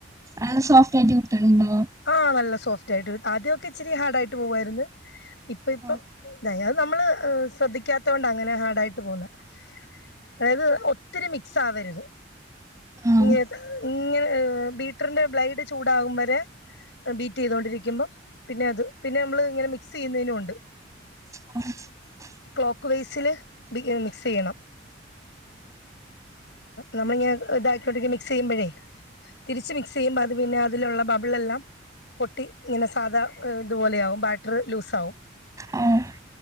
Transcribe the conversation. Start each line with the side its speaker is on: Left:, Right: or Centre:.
Right: അത് സോഫ്റ്റായിട്ട് കിട്ടലുണ്ടോ
Left: ആഹ് നല്ല സോഫ്റ്റായിട്ട് കി ആദ്യവൊക്കെ ഇച്ചിരി ഹാർഡ്‌ ആയിട്ട് പോവായിരുന്നു. ഇപ്പം ഇപ്പം
Right: ആഹ്
Left: ഇതായി അത് നമ്മള് ശ്രദ്ധിക്കാത്ത കൊണ്ടാ അങ്ങനെ ഹാർഡായിട്ട് പോന്നേ അതായത് ഒത്തിരി മിക്സ് ആവരുത്
Right: ആഹ്
Left: ഇങ്ങ ഇങ്ങനെ ബീറ്ററിന്റെ ബ്ലൈഡ് ചൂടാകും വരെ ബീറ്റ് ചെയ്തൊണ്ടിരിക്കുമ്പം പിന്നെ അത് പിന്നെ നമ്മൾ ഇങ്ങനെ മിക്സ് ചെയ്യുന്നതിനുമുണ്ട്
Right: <inaudible>
Left: ക്ലോക്ക് വെയ്സിൽ മിക്സ് ചെയ്യണം നമ്മളിങ്ങനെ ഇതാക്കോണ്ട മിക്സ് ചെയ്യുമ്പോഴേ തിരിച്ച് മി സ്യയുമ്പ അത് പിന്നെ അതിലുള്ള ബബിൾ എല്ലാം. പൊട്ടി ഇങ്ങനെ സാധാ ഇതുപോലെ ആകും ബാറ്റർ ലൂസാകും
Right: ആഹ്